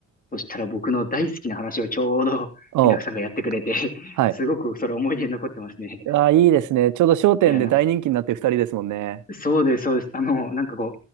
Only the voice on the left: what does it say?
そしたら僕の大好きな話をちょうど円楽さんがやってくれて、
<laughs>
すごくそれ思い出に残ってますね。
いや、なそうです、そうです。あの、なんかこう、